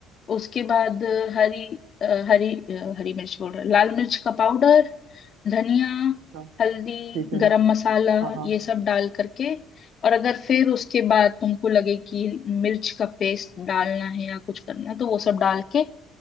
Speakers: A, on the left (about 45°); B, on the right (about 80°).
A: उसके बाद अ, हरी अ, हरी अ, हरी मिर्च बोल रहा लाल मिर्च का पाउडर धनिया
B: हाँ
A: हल्दी
B: ठीक है
A: गरम मसाला
B: हाँ हाँ
A: ये सब डाल करके और अगर फिर उसके बाद तुमको लगे कि मिर्च का पेस्ट डालना है या कुछ करना है तो वो सब डाल के